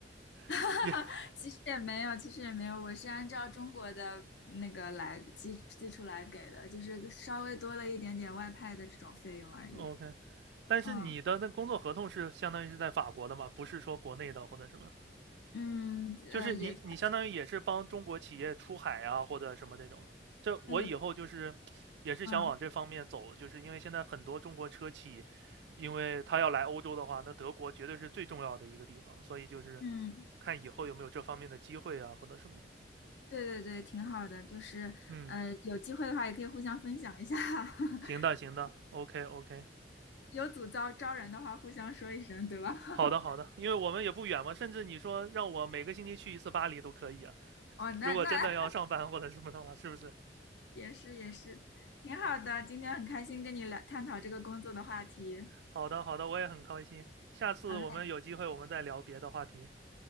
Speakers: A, on the left; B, on the right.
A: <laughs>
B: <laughs> 也
A: 其实也没有，其实也没有，我是按照中国的那个来基基础来给的，就是稍微多了一点点外派的这种费用而已。
B: OK。但是你的那工作合同是相当于是在法国的嘛？
A: 嗯。
B: 不是说国内的或者什么
A: 嗯，
B: 就是你你相当于也是帮中国企业出海啊，
A: 呃，也算是
B: 或者什么这种。这我以后就是也是想往这方面走，
A: 哎也不，嗯
B: 就是因为现在很多中国车企，因为他要来欧洲的话，那德国绝对是最重要的一个地方，所以就是
A: 嗯，
B: 看以后有没有这方面的机会啊，或者什么样。
A: 对对对，挺好的，就是呃，
B: 嗯，
A: 有机会的话也可以互相分享一下，<laughs>
B: 行的行的，OK OK。
A: 有组招招人的话，互相说一声，对吧？<laughs>
B: 好的，好的，因为我们也不远嘛，甚至你说让我每个星期去一次巴黎都可以啊。
A: 哦，那那
B: 如果真的要上班或者什么的话，
A: <laughs>
B: 是不是？
A: 也是也是，挺好的，今天很开心跟你聊探讨这个工作的话题，
B: 好的，好的，我也很开心。下次我们有机会我们再聊别的话题。
A: 好嘞